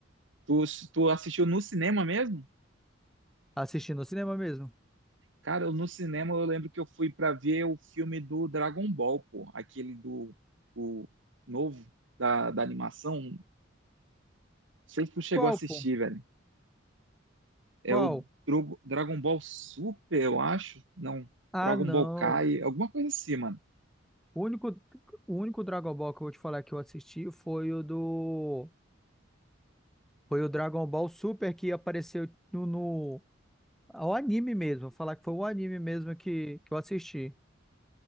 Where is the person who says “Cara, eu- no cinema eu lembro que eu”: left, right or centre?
Right